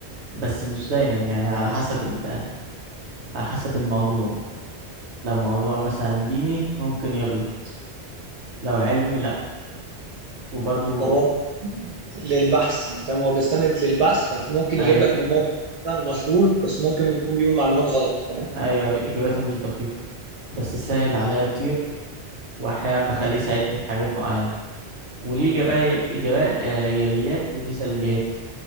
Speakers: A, on the right (about 85°); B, on the right (about 50°).
A: بس مش دايما يعني على حسب ال- آه، على حسب الموضوع لو موضوع مثلا ديني ممكن يغلط لو علمي لا وبرضو
B: هو للبحث انت فاهم هو بيستند للبحث فممكن
A: ايوه
B: يجيب لك من موقع مثلا مشهور بس ممكن يكون بيقول معلومات غلط فاهم؟
A: ايوه اجاباته مش دقيقة بس سهل عليا كتير واحيانا بخليه يساعدني في حاجات معينة وليه إجابة إيجابيات وليه سلبيات